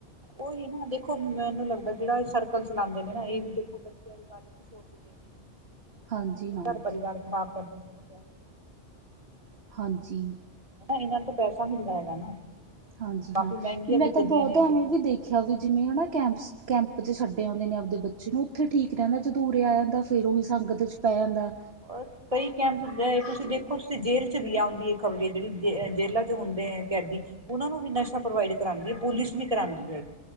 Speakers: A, on the right; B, on the right.
A: ਉਹੀ ਨਾ ਦੇਖੋ, ਮੈਨੂੰ ਲੱਗਦਾ ਜਿਹੜਾ ਸਰਕਲ ਚਲਾਦੇ ਨੇ ਨਾ ਇਹ ਵੀ ਦੇਖੋ ਬੱਚਿਆਂ ਨੀ ਸੋਚਦੇ।
B: ਹਾਂਜੀ ਹਾਂਜੀ
A: ਘਰ ਪਰਿਵਾਰ ਖਰਾਬ ਦਿੰਦੇ ਨੇ।
B: ਹਾਂਜੀ।
A: ਹਨਾ ਇਹਨਾਂ ਨੂੰ ਤੋਂ ਪੈਸਾ ਮਿਲਦਾ ਹੈਗਾ ਨਾ।
B: ਹਾਂਜੀ
A: ਕਾਫ਼ੀ
B: ਹਾਂ।
A: ਮਹਿੰਗੀਆਂ
B: ਮੈਂ
A: ਵਿਕਦੀਆਂ
B: ਤਾਂ ਬਹੁਤ
A: ਨੇ ਇਹ
B: ਐਵੇਂ
A: ਚੀਜ਼ਾਂ
B: ਵੀ ਦੇਖ ਆਖਿਆ ਵੀ ਜਿਵੇਂ ਹਨਾ ਕੈਂਪਸ ਕੈਂਪ ਛੱਡ ਆਉਦੇ ਨੇ ਆਪਦੇ ਬੱਚੇ ਨੂੰ ਉੱਥੇ ਠੀਕ ਰਹਿੰਦਾ। ਜਦੋ ਓਰੇ ਆ ਜਾਂਦਾ ਫਿਰ ਉਹੀ ਸੰਗਤ 'ਚ ਪੈ
A: ਫਿਰ
B: ਜਾਂਦਾ।
A: ਉਹੀ ਕੰਮ। ਕਈ ਕੈਂਪਸ ਹੁੰਦੇ ਆ ਤੁਸੀਂ ਦੇਖੋ ਤੁਸੀਂ ਜੇਲ੍ਹ 'ਚ' ਵੀ ਆਉਦੀ ਇਹ ਖ਼ਬਰੇ ਜਿਹੜੀ ਜੇ ਜੇਲਾਂ 'ਚ' ਹੁੰਦੇ ਆ ਕੈਦੀ। ਉਹਨਾਂ ਨੂੰ ਵੀ ਨਸ਼ਾ ਪ੍ਰਵਾਇਡ ਕਰਵਾਦੀ ਆ ਪੁਲਿਸ ਵੀ ਕਰਾਦੀ ਹੈਗੀ।